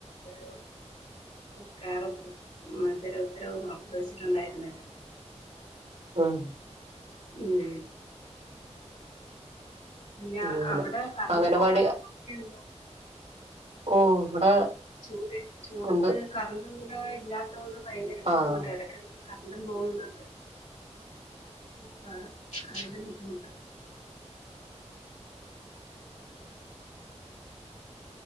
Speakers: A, on the left; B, on the right.
A: ഒരു സർക്കാർ ഉത്തരവ് പുറപ്പെടുവിച്ചിട്ടുണ്ടായിരുനല്ലോ
B: ഉം
A: ഉം പിന്നെ
B: അങ്ങനെ
A: അവിടെ കറണ്ട്
B: അംഗനവാടി
A: പോകാറൊക്കെ ഉണ്ടോ
B: ഓ ഇവിടെ
A: ചൂട് ചൂടത്ത്
B: ഉണ്ട്
A: കറണ്ട് കൂടെ ഇല്ലാത്തകൊണ്ട് ഭയങ്കര ബുദ്ധിമുട്ട
B: ആഹ്
A: എടക്കിടക്ക് കറണ്ടും പോകുന്നുണ്ട് അപ്പൊ അതിന്റെ ബുദ്ധിമുട്ട്